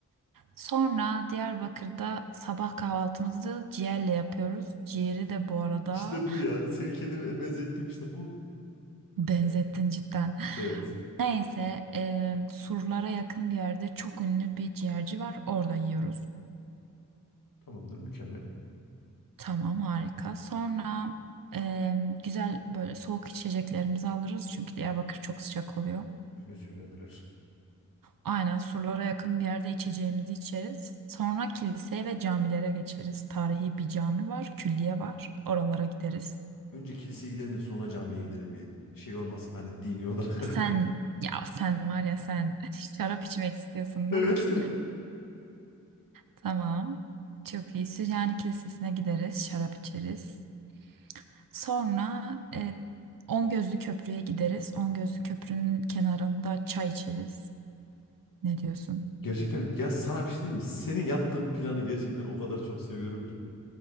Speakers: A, on the right; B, on the left.
A: Sonra Diyarbakır'da sabah kahvaltımızı ciğerle yapıyoruz. Ciğeri de bu arada
B: İşte bu ya. Seni kendime benzettim işte bu.
A: benzettin
B: e,
A: cidden.
B: Evet.
A: Neyse, e, surlara yakın bir yerde çok ünlü bir ciğerci var. Orada yiyoruz.
B: Tamamdır, mükemmel.
A: Tamam harika. Sonra e, güzel böyle soğuk içeceklerimizi alırız. Çünkü Diyarbakır çok sıcak oluyor.
B: Öyle söylediler.
A: Aynen surlara yakın bir yerde içeceğimizi içeriz. Sonra kiliseye ve camilere geçeriz. Tarihi bir cami var, külliye var. Oralara gideriz.
B: Önce kiliseye gidelim de sonra camiye gidelim bir şey olmasın hani dini olarak. <laughs>
A: Sen ya sen var ya sen <laughs> şarap içmek istiyorsun
B: Evet.
A: değil mi? Tamam. Çok iyi. Süryani Kilisesi'ne gideriz, şarap içeriz. Sonra e, On Gözlü Köprü'ye gideriz. On Gözlü Köprü'nün kenarında çay içeriz. Ne diyorsun?
B: Gerçekten ya sana bir şey diyeyim mi? Senin yaptığın planı gerçekten o kadar çok seviyorum ki.